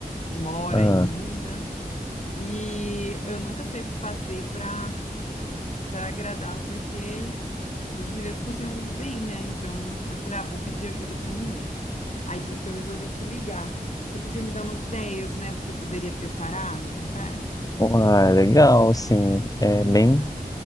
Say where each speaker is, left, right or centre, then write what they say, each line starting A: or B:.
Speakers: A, on the left; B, on the left.
A: que mora
B: Ah,
A: em Minas, e eu nunca sei o que fazer para para agradar, porque os mineiros cozinham muito bem, né? Então eu falei, ah, vou pedir ajuda para um mineiro. Aí foi que eu resolvi te ligar. Você podia me dar umas ideias, né, do que eu poderia preparar no jantar?
B: uai, legal, assim, é bem